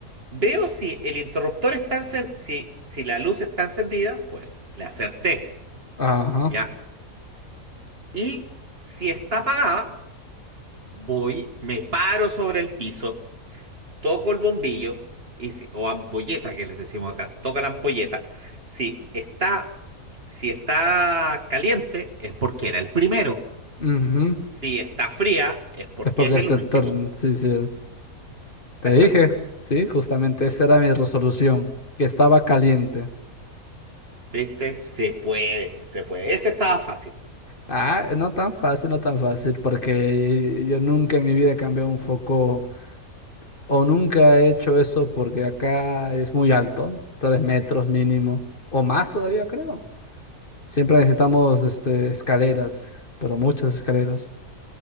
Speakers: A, on the right (about 40°); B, on the left (about 35°).
A: Veo si el interruptor está encen- si, si la luz está encendida, pues le acerté,
B: Ajá.
A: ¿ya? Y si está apagada, voy, me paro sobre el piso toco el bombillo, y si- o ampolleta que les decimos acá, toca la ampolleta. Si está, si está caliente, es porque era el primero.
B: ujú.
A: Si está fría, es porque
B: Es porque
A: es
B: es
A: el último,
B: el turno. Sí, sí. Te
A: el
B: dije,
A: tercero.
B: sí, justamente esa era mi resolución, que estaba caliente.
A: ¿Viste? Se puede, se puede. Ese estaba fácil.
B: Ah, no tan fácil, no tan fácil, porque yo nunca en mi vida he cambiado un foco o nunca he hecho eso porque acá es muy alto, tres metros mínimo, o más todavía creo. Siempre necesitamos este, escaleras, pero muchas escaleras.